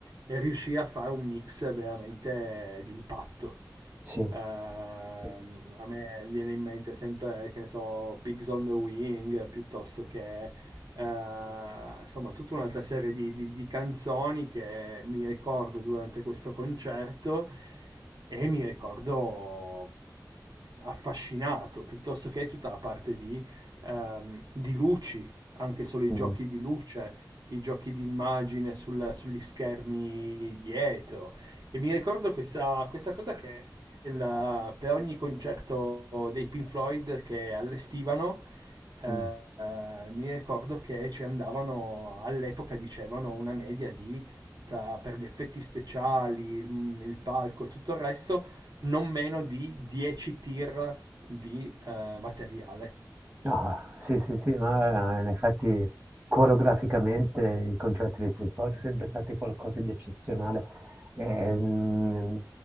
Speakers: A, on the right (about 65°); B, on the right (about 25°).
A: e riuscì a fare un mix veramente d'impatto.
B: Sì.
A: Ehm,
B: Sì.
A: a me viene in mente sempre, che ne so, Pigs on the Wing piuttosto che eh, insomma tutta un'altra serie di, di- di canzoni che mi ricordo durante questo concerto e mi ricordo affascinato, piuttosto che tutta la parte di, ehm, di luci, anche solo i
B: Mm,
A: giochi di luce, i giochi di immagine sul- sugli schermi dietro. E mi ricordo questa, questa cosa che il- per ogni concerto dei Pink Floyd che allestivano, eh,
B: mm.
A: eh, mi ricordo che ci andavano, all'epoca dicevano una media di, tra- per gli effetti speciali, il il palco e tutto il resto, non meno di 10 tir di eh, materiale.
B: No, sì, sì, sì, no, eh, in effetti coreograficamente i concerti dei Pink Floyd sono sempre stati qualcosa di eccezionale. ehm,